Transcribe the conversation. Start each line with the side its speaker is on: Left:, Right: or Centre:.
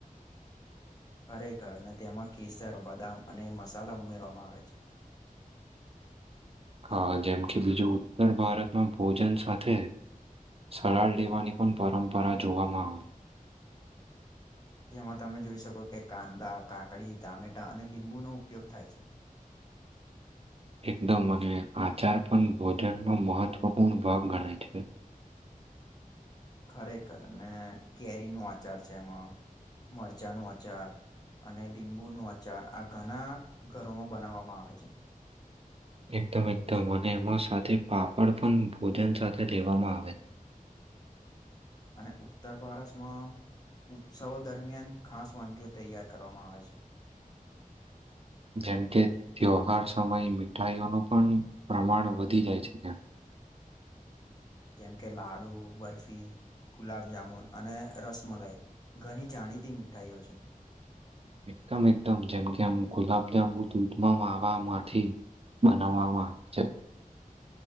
Left: <inaudible> ખરેખર ને તેમાં કેસર, બદામ અને મસાલા ઉમેરવામાં આવે છે. <inaudible>
Right: હા જેમ કે બીજું ઉત્તર ભારતમાં ભોજન સાથે સરાળ લેવાની પણ પરંપરા જોવામાં આવી.
Left: જેમાં તમે જોઈ શકો કે કાંદા, કાકડી, ટામેટા અને લીંબુનો ઉપયોગ થાય છે. <inaudible>
Right: એકદમ અને આચાર પણ ભોજનનો મહત્વપૂર્ણ ભાગ ગણાય છે.
Left: ખરેખર ને કેરી નો આચાર છે એમાં મરચાંનું આચાર અને ડિંબુ નું અચાર આ ઘણા ઘરોમાં બનાવવામાં આવે છે.
Right: એકદમ એકદમ અને એમાં સાથે પાપડ પણ ભોજન સાથે લેવામાં આવે છે.
Left: અને ઉત્તર ભારતમાં ઉત્સવો દરમિયાન ખાસ વાનગીઓ તૈયાર કરવામાં આવે છે.
Right: જેમ કે ત્યોહાર સમયે મીઠાઈઓનું પણ પ્રમાણ વધી જાય છે ત્યાં.
Left: <inaudible> જેમ કે લાડુ, બરફી, ગુલાબજામુન અને રસમલાઈ. ઘણી જાણીતી મીઠાઈઓ છે.
Right: એકદમ એકદમ જેમ કે આમ ગુલાબજાંબુ દૂધમાં માવાવામાંથી. બનાવવામાં આવે છે.